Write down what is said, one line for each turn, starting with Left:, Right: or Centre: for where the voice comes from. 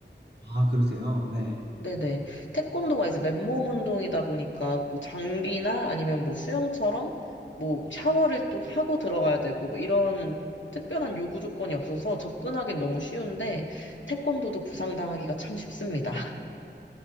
Right: 아, 그러세요? 네.
Left: 네네. 태권도가 이제 맨몸 운동이다 보니까, 뭐 장비나 아니면 뭐 수영처럼, 뭐 샤워를 또 하고 들어가야 되고, 뭐 이런 특별한 요구 조건이 없어서 접근하기는 너무 쉬운데, 태권도도 부상당하기가 참 쉽습니다.